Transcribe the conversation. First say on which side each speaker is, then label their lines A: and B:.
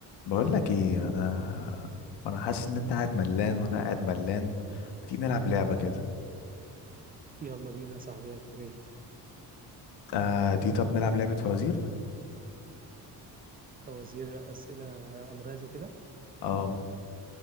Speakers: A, on the left (about 80°); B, on the right (about 25°).
A: بقول لك ايه انا انا حاسس ان انت قاعد ملان وانا قاعد ملان ما تيجي نلعب لعبه كده
B: يلا بينا يا صاحبي يا ريت
A: آه تيجي طب نلعب لعبه فوازير
B: فوازير أسئلة ألغاز وكده
A: اه